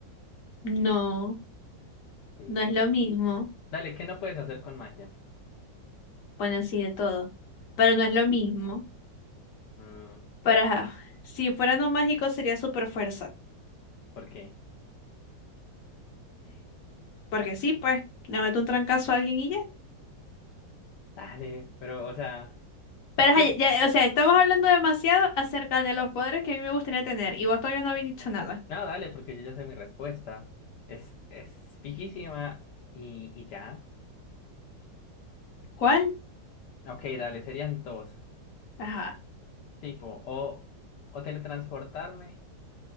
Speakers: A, on the left (about 55°); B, on the left (about 75°).
A: No,
B: Sí.
A: no es lo mismo.
B: Dale, ¿qué no puedes hacer con magia?
A: Bueno, sí, de todo. Pero
B: Ah,
A: no es lo mismo.
B: mm,
A: Pero ajá. Si fuera no mágico sería super fuerza.
B: ¿por qué?
A: Porque sí, pues, le meto un trancazo a alguien y ya.
B: Dale, pero, o sea,
A: Pero ajá,
B: sí.
A: ya, o sea, estamos hablando demasiado acerca de los poderes que a mí me gustaría tener. Y vos todavía no habéis dicho nada.
B: No, dale, porque yo ya sé mi respuesta. Es, es fijísima y, y ya.
A: ¿Cuál?
B: Ok, dale, serían dos.
A: Ajá,
B: Tipo, o, o teletransportarme,